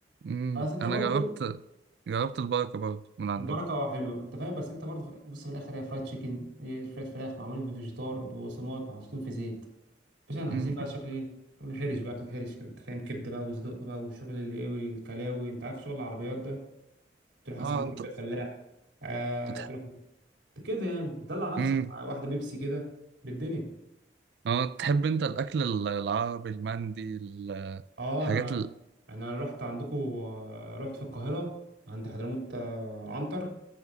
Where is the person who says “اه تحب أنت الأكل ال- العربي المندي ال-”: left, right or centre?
Right